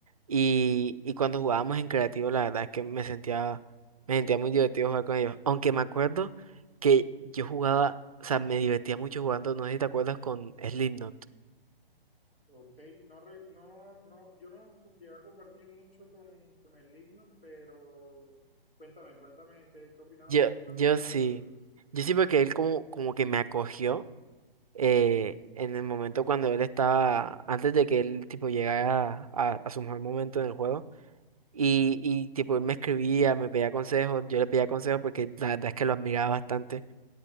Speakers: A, on the right; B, on the left.
A: Y, y cuando jugábamos en creativo, la verdad es que me sentía, me sentía muy divertido jugar con ellos. Aunque me acuerdo que yo jugaba, o sea, me divertía mucho jugando, no sé si te acuerdas con Slipknot.
B: Ok, no, re- no, no, yo no llegué a compartir mucho con, con el himno, pero cuéntame, cuéntame qué, qué opinabas,
A: Yo,
B: qué opinas
A: yo
B: tú
A: sí,
B: sobre él.
A: yo sí porque él como, como que me acogió eh, en el momento cuando él estaba, antes de que él tipo llegara a, a su mejor momento en el juego. Y, y tipo él me escribía, me pedía consejos, yo le pedía consejos porque la verdad es que lo admiraba bastante.